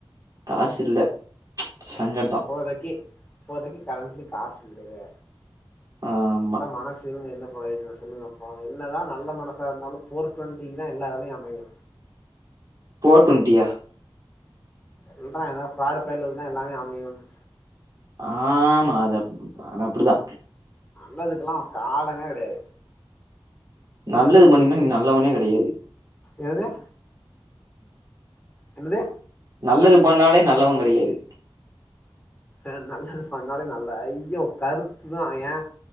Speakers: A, on the right (about 40°); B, on the left (about 15°).
A: காசில்ல சங்கட்டோ
B: போதைக்கி இப்போதைக்கி கரண்ட்ல காசு இல்லயே
A: ஆமா.
B: நல்ல மனஸ் சிருந்து என்ன ப்ரோஜனோ சொல்லுங்கப்போ என்ன தா நல்ல மனசாருந்தாலு போர் டுவெண்ட்டிக்குதா எல்லா வேலையு அமையு
A: ஃபோர் டொண்டியா
B: சொல்றா ஏதா ஃப்ராடு பயலுகுதா எல்லாமே அமையுன்னா
A: ஆமா அதப் அதப்புடிதா
B: நல்லதுக்கெல்லா காலமே கெடயாது
A: நல்லது பண்ணினா நீ நல்லவனே கெடையாது
B: என்னாது என்னது
A: நல்லது பண்ணாலே நல்லவ கெடையாது
B: ஆ நல்லது பண்ணாலே நல்ல ஐய கருத்து தா ஏ